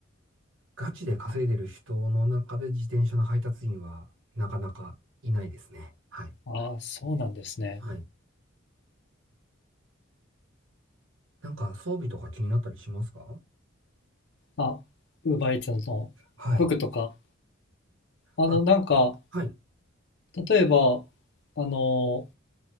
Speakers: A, on the right (about 70°); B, on the left (about 55°).
A: ガチで稼いでる人の中で自転車の配達員はなかなかいないですね。はい。
B: うん、あそうなんですね。
A: はい。なんか装備とか気になったりしますか
B: あ、ウーバーイーツの服とか。
A: はい。
B: あの、
A: あ、
B: なんか、
A: はい。
B: 例えば、あの、